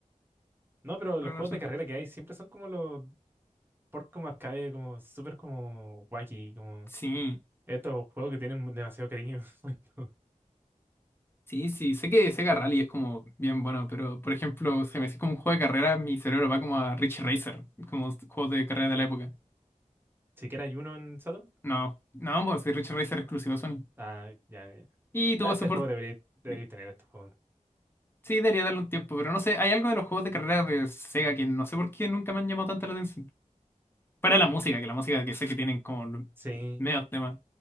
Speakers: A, on the right (about 15°); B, on the left (about 15°).
A: No, pero
B: Por
A: los
B: alguna
A: juegos
B: razón.
A: de carrera que hay siempre son como los por como arcade, como súper como wacky, como
B: Sí,
A: estos juegos que tienen demasiado cariño. <laughs> puesto.
B: sí, sí, sé que Sega Rally es como bien bueno, pero por ejemplo, si me decís como un juego de carrera, mi cerebro va como a Rich Racer, como s- juegos de carrera de la época.
A: Siquiera hay uno en Saturn.
B: No, no, pues si Rich Racer es exclusivo a Sony.
A: Ah, ya. eh.
B: Y tuvo
A: Para este
B: soporte.
A: juego debería, debería
B: Sí,
A: tener estos juegos.
B: sí, debería darle un tiempo, pero no sé, hay algo de los juegos de carrera de Sega que no sé por qué nunca me han llamado tanto la atención. para la música, que la música que sé que tienen como los
A: Sí,
B: medios temas.